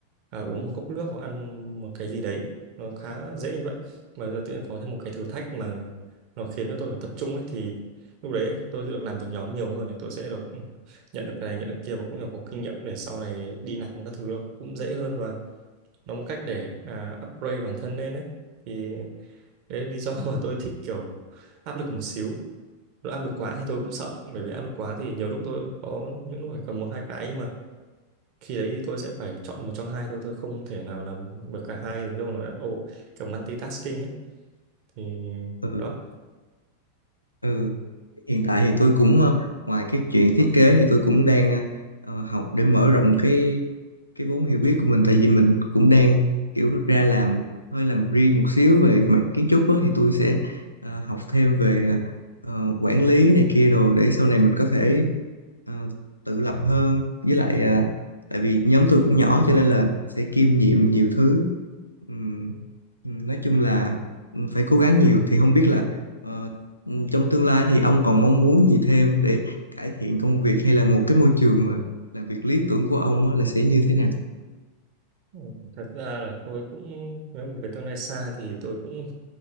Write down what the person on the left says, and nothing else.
ừ
ừ hiện tại thì tôi cũng ờ, ngoài cái chuyện thiết kế thì tôi cũng đang ờ, ờ, học để mở rộng cái cái vốn hiểu biết của mình tại vì mình cũng đang kiểu ra làm hơi làm riêng một xíu về mặt kiến trúc á thì tôi sẽ ờ, học thêm về ờ, ờ, quản lý này kia đồ để sau này mình có thể ờ, tự lập hơn với lại ờ, tại vì nhóm tôi cũng nhỏ cho nên là sẽ kiêm nhiệm nhiều thứ Ừm, ừm, nói chung là ừm, phải cố gắng nhiều thì không biết là ờ, ừm, trong tương lai thì ông còn mong muốn gì thêm để cải thiện công việc hay là một cái môi trường mà làm việc lý tưởng của ông á là sẽ như thế nào